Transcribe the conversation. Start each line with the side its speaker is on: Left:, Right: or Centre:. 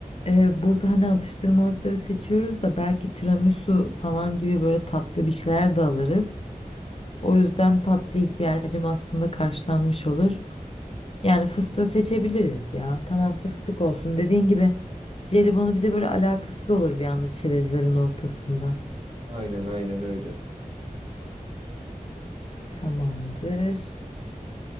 Left: e, burada hani atıştırmalıkları seçiyoruz da belki tiramisu falan gibi böyle tatlı bir şeyler de alırız. O yüzden tatlı ihtiyacım aslında karşılanmış olur. Yani fıstığı seçebiliriz ya. Tamam fıstık olsun. Dediğin gibi jelibonu bir de böyle alakasız olur bir anda çerezlerin ortasında.
Right: Aynen aynen öyle.
Left: Tamamdır.